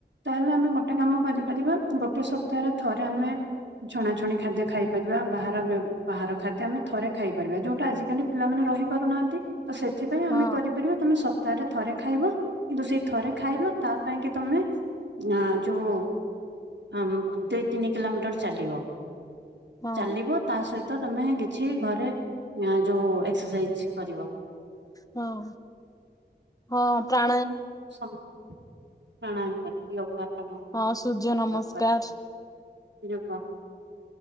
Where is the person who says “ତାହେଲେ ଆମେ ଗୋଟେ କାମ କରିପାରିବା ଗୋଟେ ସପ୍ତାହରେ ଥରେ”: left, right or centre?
Right